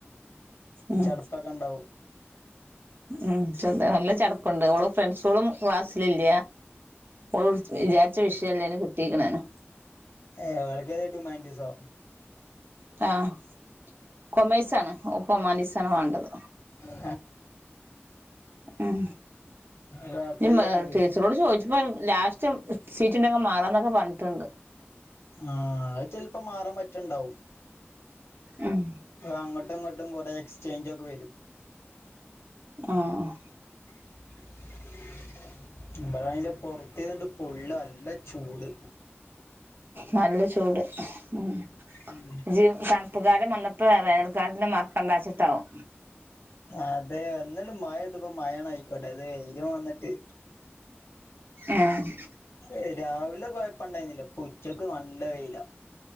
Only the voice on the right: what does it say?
ഉം
ഉം ചെറു നല്ല ചടപ്പുണ്ട് ഓള ഫ്രണ്ട്സുകളും ക്ലാസിലില്ല ഓള് ൾ വിചാരിച്ച വിഷയല്ലേലൊ കിട്ടിക്ക്ണാനു
ആഹ് കോമേഴ്‌സാണ് ഓക്ക് ഹുമാനിറ്റീസാണ് വേണ്ടത്
ഉം
നി മെ
ടീച്ചറോട് ചോദിച്ചപ്പം ലാസ്റ്റ് സീറ്റ്ണ്ടെങ്കി മാറാന്നൊക്കെ പർഞ്ഞിട്ടുണ്ട്.
ഉം
ആഹ്
നല്ല ചൂട് ഉം
ജ് തണുപ്പ് കാലം വന്നപ്പൊ വേനൽക്കാലത്തിനെ മർക്കണ്ടച്ച്ട്ടാവും
ആഹ്